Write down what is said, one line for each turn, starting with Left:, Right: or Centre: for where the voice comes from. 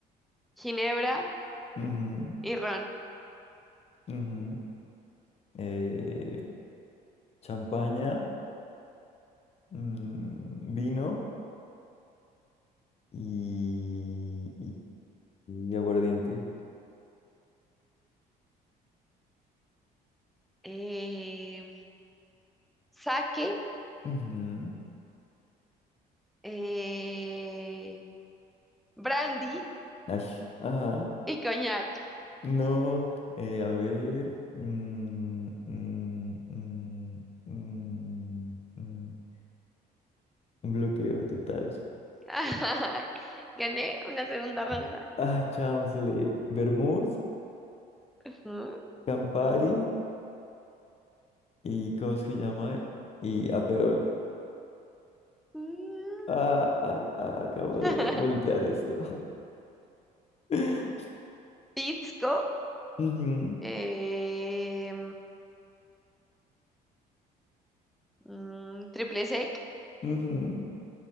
Centre: ginebra
Left: ujú,
Centre: y ron.
Left: ujú. Eh, champaña, mm, vino y, y aguardiente.
Centre: Eh, sake,
Left: Ujú.
Centre: eh, brandy
Left: Ay, ajá.
Centre: y coñac.
Left: No, eh, a ver. mm, mm, mm, mm, mm, bloqueo total.
Centre: <laughs> Ay, Gané una segunda ronda.
Left: ah chanfle. vermouth
Centre: Ujú.
Left: Campari y ¿cómo es que llama? Y Aperol.
Centre: Mm.
Left: Ah, ah, ah, acabo
Centre: <laughs>
Left: de voltear esto. <laughs>
Centre: Pisco,
Left: Ujú,
Centre: eh, mm, triple sec
Left: ujú.